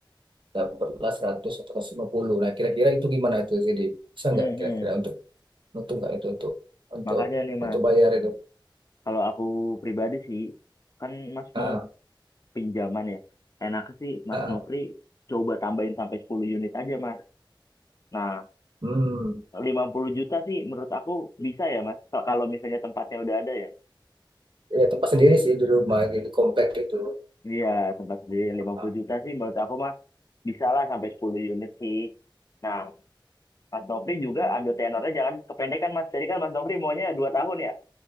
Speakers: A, on the right; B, on the left.
A: dapatlah 100 atau seratus lima puluh Nah, kira-kira itu gimana itu jadi bisa
B: hmm,
A: nggak kira-kira
B: hmm.
A: untuk untuk nggak itu untuk untuk
B: Makanya nih Mas,
A: untuk bayar itu?
B: kalau aku pribadi sih kan Mas
A: Ah,
B: mau pinjaman ya. Enak sih Mas
A: ah,
B: Nofri
A: ah.
B: coba tambahin sampai 10 unit aja Mas. Nah,
A: Hmm.
B: 50 juta sih menurut aku bisa ya Mas. Kalau kalau misalnya tempatnya udah ada ya.
A: Ya tempat sendiri sih di rumah gitu compact itu.
B: Iya, tempat sendiri lima
A: Ah,
B: puluh juta sih menurut aku Mas bisa lah sampai 10 unit sih. Nah, Mas Nofri juga ambil tenornya jangan kependekan Mas. Jadi kan Mas Nofri maunya dua tahun ya?